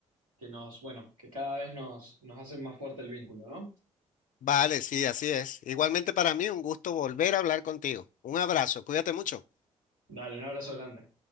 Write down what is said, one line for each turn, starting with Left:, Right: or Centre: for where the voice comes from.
Right: que nos, bueno, que cada vez nos, nos hacen más fuerte el vínculo, ¿no?
Left: Vale, sí, así es. Igualmente para mí un gusto volver a hablar contigo. Un abrazo, cuídate mucho.
Right: Dale, un abrazo grande.